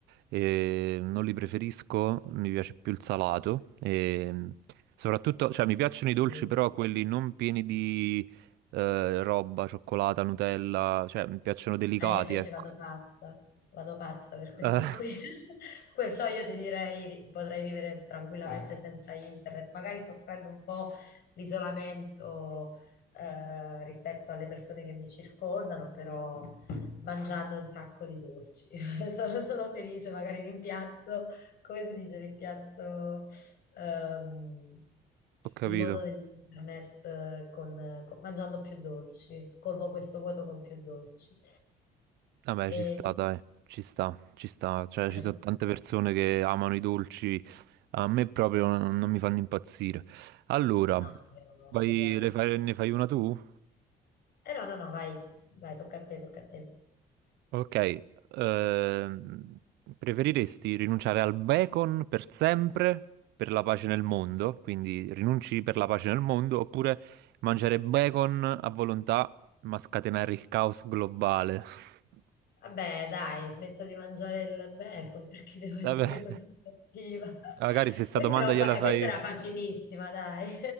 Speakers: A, on the right (about 80°); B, on the left (about 65°).
A: e non li preferisco, mi piace più il salato, e soprattutto, cioè, mi piacciono
B: Quindi-
A: i dolci, però quelli non pieni di eh, roba, cioccolata, Nutella, cioè, mi piacciono delicati,
B: eh, io invece
A: ecco.
B: vado pazza, vado pazza per questi
A: Eh,
B: qui.
A: <laughs>
B: <laughs> Perciò io ti direi potrei vivere tranquillamente senza internet, magari soffrendo un po' l'isolamento eh, rispetto alle persone che mi circondano, però mangiando un sacco di dolci. <laughs> Sono, sono felice, magari rimpiazzo, come si dice, rimpiazzo ehm,
A: ho capito.
B: il mondo dell'internet eh, con, con- mangiando più dolci, colmo questo vuoto con più dolci.
A: Vabbè,
B: E...
A: ci sta, dai, ci sta, ci sta. Cioè,
B: <laughs>
A: ci sono tante persone che amano i dolci, a me proprio non, non mi fanno impazzire. Allora,
B: No, io, no,
A: vai-
B: io li amo.
A: le fai- ne fai una tu?
B: Eh no, no, no, vai, vai, tocca a te, tocca a te.
A: Ok, ehm, preferiresti rinunciare al bacon per sempre per la pace nel mondo? Quindi rinunci per la pace nel mondo, oppure mangiare bacon a volontà ma scatenare il caos globale? <laughs>
B: Vabbè, dai, smetto di mangiare il bacon <laughs> perché devo essere
A: Vabbè,
B: così cattiva.
A: magari
B: <laughs>
A: se sta
B: Questa
A: domanda
B: era, un
A: gliela
B: pa- eh,
A: fai.
B: questa era facilissima, dai.